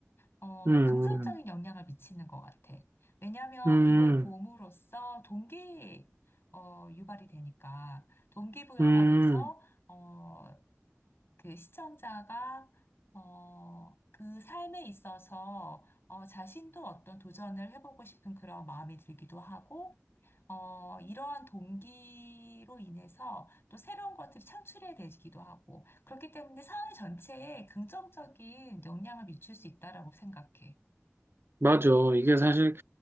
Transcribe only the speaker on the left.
어,
긍정적인 영향을 미치는 것 같아. 왜냐하면
그걸 봄으로써 동기, 어, 유발이 되니까, 동기부여가
돼서, 어, 그 시청자가, 어, 그 삶에 있어서, 어, 자신도 어떤 도전을 해보고 싶은 그런 마음이 들기도 하고, 어, 이러한 동기로 인해서 또 새로운 것들이 창출해야 되기도 하고, 그렇기 때문에 사회 전체에 긍정적인 영향을 미칠 수 있다라고 생각해.